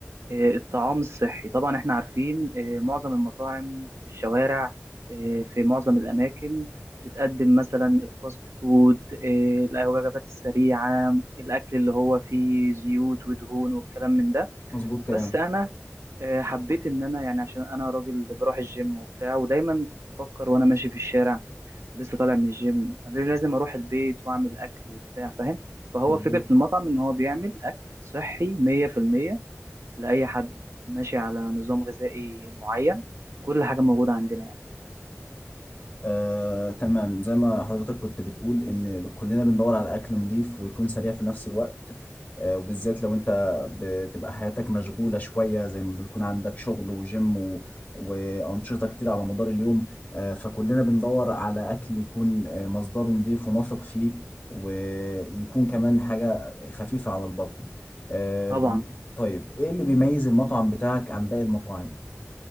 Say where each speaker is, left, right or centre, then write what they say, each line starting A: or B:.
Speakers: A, on the right; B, on the left.
A: آه، الطعام الصحي طبعا احنا عارفين آه، معظم المطاعم في الشوارع آه، في معظم الأماكن بتقدم مثلا الفاست فود آه، الوجبات السريعة الأكل اللي هو فيه زيوت ودهون والكلام من ده
B: مظبوط كلام
A: بس أنا آه، حبيت إن أنا يعني عشان أنا راجل بروح الجيم وبتاع ودايما كنت أفكر وأنا ماشي في الشارع لسه طالع من الجيم لازم أروح البيت وأعمل أكل وبتاع فاهم فهو
B: مظبوط
A: فكرة المطعم إن هو بيعمل أكل صحي 100% لأي حد ماشي على نظام غذائي معين كل حاجة موجودة عندنا يعني
B: آه، تمام زي ما حضرتك كنت بتقول ان كلنا بندور على اكل نظيف ويكون سريع في نفس الوقت آه، وبالذات لو انت بتبقى حياتك مشغولة شوية زي ما بتكون عندك شغل وجيم و... وأنشطة كتير على مدار اليوم آه، فكلنا بندور على أكل يكون آه، مصدره نظيف ونثق فيه ويكون كمان حاجة خفيفة على البطن آه،
A: طبعا
B: طيب إيه اللي بيميز المطعم بتاعك عن باقي المطاعم؟